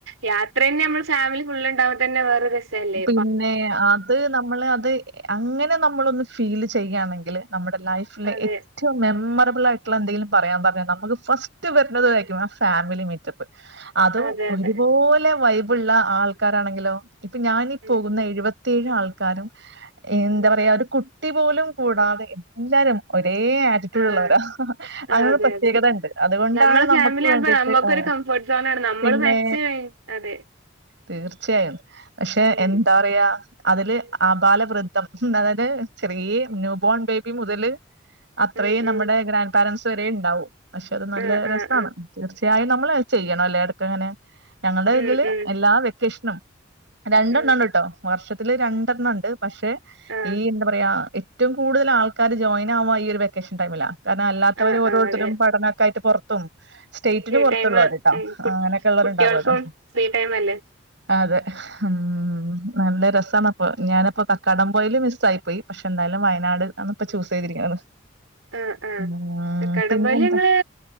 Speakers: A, on the right; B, on the right.
A: യാ ത്രേന്നെ നമ്മള് ഫാമിലി ഫുള്ള് ണ്ടാവുത്തന്നെ വേറോര് സല്ലേ
B: പിന്നെ അത് നമ്മൾ അത് അങ്ങനെ നമ്മളൊന്ന് ഫീല് ചെയ്യണെങ്കില് നമ്മുടെ ലൈഫിലെ
A: അതെ
B: ഏറ്റവും മെമ്മ ലബിളായിട്ടുള്ള എന്തെങ്കിലും പറയാൻ പറഞ്ഞാൽ നമുക്ക് ഫസ്റ്റ് വരുന്നതായിരിക്കും ആ ഫാമിലി മീറ്റപ്പ് അതും
A: അതെ
B: ഒരുപോലെ
A: അതെ
B: വൈബ് ബുള്ള ആൾക്കാരാണെങ്കിലോ ഇപ്പൊ ഞാനി
A: ഉം
B: പോകുന്ന
A: ഉം
B: എഴുപത്തേഴ് ആൾ ക്കാരും എന്താ
A: ഉം
B: പറയാ ഒരു കു ടി പോലും കൂടാതെ എല്ലാരും ഒ ഒരേ ആറ്റിറ്റ്യൂഡ്
A: ആഹ്
B: ഉള്ളവരാ അങ്ങൊരു
A: ആഹ് അതെ
B: പ്രത്യേകത
A: അതെ
B: ഇണ്ട് അതുകൊണ്ടാണ്
A: നമ്മളെ
B: നമ്മുക്ക്
A: ഫാമിലി ആകുമ്പോ
B: വേണ്ടിട്ട്
A: നമ്മക്കൊരു
B: ആ
A: കംഫർട്ട് സോൺ ആണ് നമ്മള്
B: പിന്നെ
A: മാക്സിമം അതെ
B: തീർച്ചയായും പക്ഷെ
A: ഉം
B: എന്താ പറയാ അതില് അബാല വൃദ്ധംഅതായത് ചെറിയ ന്യൂബോൺ ബേബി മുതല് അത്രയും
A: ഉം
B: നമ്മുടെ
A: ഉം
B: ഗ്രാൻഡ് പാരൻസ് തുവരെണ്ടാവൂ പക്ഷെ അത് നല്ല
A: ആഹ്
B: രസമാണ്
A: ആഹ് ആഹ്
B: തീർച്ച ത്യായ നമ്മളത് ചെയ്യണം അല്ലെ അതൊക്കെങ്ങനെ ഞങ്ങടെ ഇതില്
A: ഉം ഉം
B: എല്ലാ വെക്കേഷനും രണ്ടെണ്ണംണ്ട്ട്ടോ
A: ഉം
B: വർഷത്തില് രണ്ടെണ്ണംണ്ട് പക്ഷെ
A: ആഹ്
B: ഈ എന്താ പറയാ ഏറ്റവും കൂടുതൽ ആൾക്കാര് ജോയി ആവുക ഈ ഒരു വെക്കേഷൻ ടൈമില കാരണം അല്ലാത്തവര്
A: ആഹ്
B: ഓരോരുത്തരും
A: ആഹ് അതെ
B: പഠനൊക്കെ ആയിട്ട് പൊറ ത്തും സ്റ്റേറ്റിന്
A: ഫ്രീ
B: പുറത്തുള്ളവര്ട്ടോ
A: ടൈമ് ഉം കു
B: അങ്ങനെയൊക്കെ ഉള്ളവരുണ്ടാവല്ലോ
A: കുട്ടികൾക്കും ഫ്രീ ടൈം അല്ലേ
B: അതെ ഉം നല്ല രസം തണ്പ്പ ഞാനിപ്പോ കക്കടം പോയില് മിസ് ആയി പോയി പക്ഷെ എന്തായാലും വയനാട് ആന്ന് ഇപ്പ ചൂസ് ചെയ്തിരിക്കുന്നത്
A: ആ ആ
B: ഉം
A: കടപല്
B: പിന്നെന്താ?
A: ഞങ്ങള്